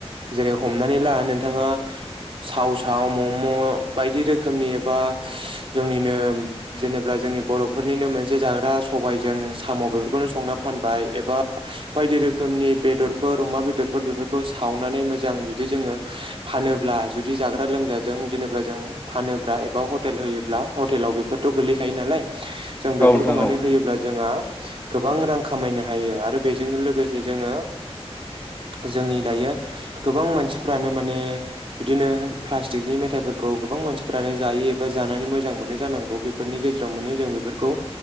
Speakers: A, on the right; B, on the left.
A: जेरै हमनानै ला नोंथाङा साव साव मम' बायदि रोखोमनि एबा जोंनिनो जेनेब्ला जों जोंनि बर'फोरनिनो मोनसे जाग्रा सबायजों साम' बेफोरखौनो संना फानबाय एबा बायदि रोखोम रोखोमनि बेदरफोर अमा बेदरफोर बेफोरखौ सावनानै मोजां ज जुदि जोङो फानोब्ला जुदि जाग्रा लोंग्राजों जेनेबा जों फानोब्ला एबा हटेल होयोब्ला हटेलाव बेफोरथ' गोलैखायो नालाय जों
B: औ
A: बेफोरखौ
B: नोंथां
A: माने
B: औ
A: होयोब्ला जोंहा गोबां रां खामायनो हायो आरो बेजोंनो लोगोसे जोङो जोंनि दायो गोबां मानसिफ्रानो माने बिदिनो प्लास्टिकनि मेथाइफोरखौ गोबां मानसिफोरानो जायो एबा जानानै मोजां मोनो जानांगौ बेफोरनि गेजेराव माने जों बेफोरखौ